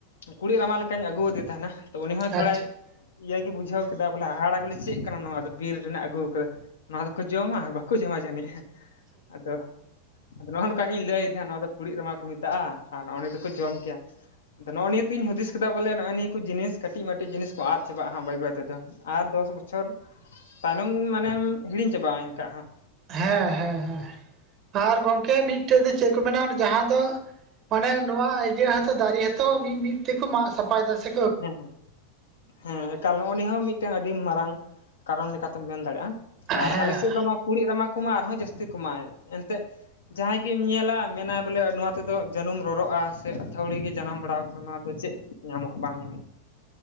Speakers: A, on the left; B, on the right.
A: ᱠᱩᱲᱤᱫ ᱨᱟᱢᱟ ᱞᱮᱠᱟᱹᱧ ᱟᱹᱜᱩ‌ ᱟᱫᱮ ᱛᱟᱦᱮᱱᱟ ᱛᱚ ᱩᱱᱤ ᱦᱚᱸ ᱛᱷᱚᱲᱟᱭ
B: ᱟᱪᱪᱷᱟ
A: ᱤᱭᱟᱹ ᱜᱮ ᱵᱩᱡᱷᱟᱹᱣ ᱠᱮᱫᱟ ᱵᱚᱞᱮ ᱦᱟᱦᱟᱲᱟᱜ ᱵᱚᱞᱮ ᱪᱮᱫ ᱠᱟᱱᱟ ᱱᱚᱶᱟ ᱫᱚ ᱵᱤᱨ ᱨᱮᱱᱟᱜ ᱟᱹᱜᱩ ᱠᱟᱫᱟ ᱱᱚᱶᱟ ᱫᱚᱠᱚ ᱡᱚᱢᱟ ᱵᱟᱠᱚ ᱡᱚᱢᱟ ᱡᱟᱹᱱᱤᱡ ᱟᱫᱚ ᱟᱫᱚ ᱱᱚᱜ ᱚᱭ ᱱᱚᱝᱠᱟ ᱜᱤᱧ ᱞᱟᱹᱭ ᱟᱫᱮᱭᱟ ᱱᱚᱣᱟ ᱫᱚ ᱠᱩᱲᱤᱫ ᱨᱢᱟ ᱠᱚ ᱢᱮᱛᱟᱜᱼᱟ ᱟᱨ ᱱᱚᱱᱤᱭᱟᱹ ᱫᱚᱠᱚ ᱡᱚᱢ ᱠᱮᱭᱟ ᱟᱫᱚ ᱱᱚᱜᱼᱚᱭ ᱱᱤᱭᱟᱹ ᱛᱤᱧ ᱦᱩᱫᱤᱥ ᱠᱮᱫᱟ ᱵᱚᱞᱮ ᱱᱚᱜᱼᱚᱭ ᱱᱤᱭᱟᱹ ᱠᱚ ᱡᱤᱱᱤᱥ ᱠᱟᱹᱴᱤᱡ ᱢᱟᱹᱴᱤᱡ ᱡᱤᱱᱤᱥ ᱠᱚ ᱟᱫ ᱪᱵᱟᱜᱼᱟ ᱦᱟᱸᱜ ᱵᱟᱹᱭ -ᱵᱟᱹᱭ ᱛᱮ ᱫᱚ ᱟᱨ ᱫᱚᱥ ᱵᱚᱪᱷᱚᱨ ᱛᱟᱭᱱᱚᱢ ᱢᱟᱱᱮᱢ ᱦᱤᱲᱤᱧ ᱪᱟᱵᱟᱜᱼᱟ ᱤᱱᱠᱟ ᱦᱟᱸᱜ
B: ᱦᱮᱸ ᱦᱮᱸ ᱦᱮᱸ ᱟᱨ ᱜᱚᱝᱠᱮ ᱢᱤᱫ ᱴᱮᱡ ᱫᱚ ᱪᱮᱫ ᱠᱚ ᱢᱮᱱᱟ ᱡᱟᱦᱟᱸ ᱫᱚ ᱢᱟᱱᱮ ᱱᱚᱶᱟ ᱤᱭᱟ. ᱦᱚᱸᱛᱚ ᱫᱟᱨᱮ ᱦᱚᱛᱚ ᱢᱤᱫ ᱢᱤᱫ ᱛᱮ ᱠᱚ ᱢᱟᱜ ᱥᱟᱯᱷᱟᱭ ᱮᱫᱟ ᱥᱮ
A: ᱦᱮᱸ ᱦᱮᱸ ᱦᱮᱸ ᱮᱠᱟᱞ ᱦᱚᱜᱚᱱᱤᱭᱟᱹ ᱦᱚᱸ ᱢᱤᱫ ᱴᱮᱱ ᱟᱹᱰᱤ ᱢᱟᱨᱟᱝ ᱠᱟᱨᱚᱱ ᱞᱮᱠᱟ ᱛᱮᱢ ᱢᱮᱱ ᱫᱟᱲᱮᱭᱟᱜᱼᱟ᱾
B: ᱦᱮᱸ
A: ᱟᱨ ᱟᱞᱮ ᱥᱮᱫ ᱫᱚ ᱱᱚᱣᱟ ᱠᱩᱲᱤᱫ ᱨᱟᱢᱟ ᱠᱚᱢᱟ ᱟᱨ ᱦᱚᱸ ᱡᱟᱹᱥᱛᱤ ᱠᱚ ᱢᱟᱜ ᱮᱫ ᱮᱱᱛᱮᱫ ᱡᱟᱦᱟᱸᱭ ᱜᱮᱢ ᱧᱮᱞᱟ ᱢᱮᱱᱟ ᱵᱚᱞᱮ ᱱᱚᱶᱟ ᱛᱮᱫᱚ ᱡᱟᱹᱱᱩᱢ ᱨᱚᱨᱚᱜᱼᱟ ᱥᱮ ᱟᱹᱛᱷᱟᱹᱣᱲᱤ ᱜᱮ ᱡᱟᱱᱟᱢ ᱵᱟᱲᱟᱣ ᱟᱠᱟᱱᱟ ᱱᱚᱣᱟ ᱫᱚ ᱪᱮᱫ ᱧᱟᱢᱚᱜᱼᱟ ᱵᱟᱝ ᱧᱟᱢᱚᱜᱼᱟ